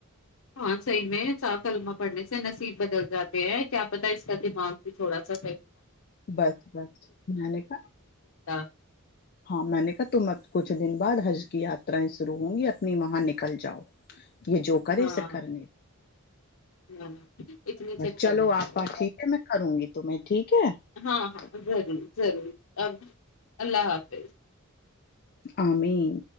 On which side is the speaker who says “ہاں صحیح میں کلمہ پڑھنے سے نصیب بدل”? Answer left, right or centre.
Left